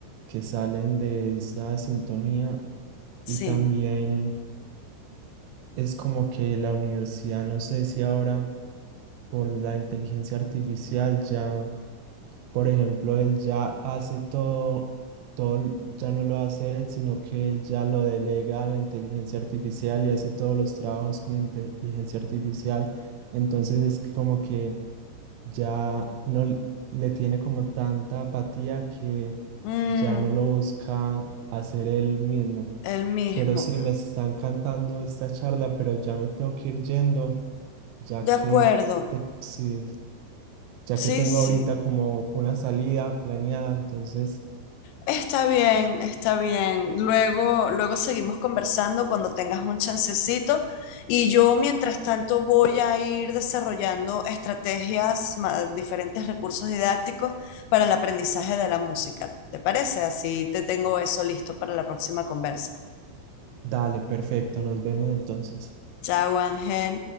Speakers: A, on the right; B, on the left.
A: que salen de esa sintonía
B: sí.
A: y también es como que la universidad, no sé si ahora por la inteligencia artificial ya, por ejemplo, él ya hace todo, todo, l- ya no lo hace él, sino que él ya lo delega a la inteligencia artificial y hace todos los trabajos con inteligencia artificial. Entonces es que como que ya no l- le tiene como tanta apatía que
B: Mm,
A: ya no lo busca hacer él mismo.
B: el mismo.
A: Pero sí, me están cantando esta charla, pero ya me tengo que ir yendo, ya
B: De
A: que,
B: acuerdo.
A: te- sí, ya
B: Sí,
A: que tengo
B: sí.
A: ahorita como una salida planeada, entonces,
B: Está bien, está bien. Luego, luego seguimos conversando cuando tengas un chancecito y yo mientras tanto voy a ir desarrollando estrategias, ma- diferentes recursos didácticos para el aprendizaje de la música. ¿Te parece? Así te tengo eso listo para la próxima conversa.
A: dale, perfecto, nos vemos entonces.
B: Chao, Ángel.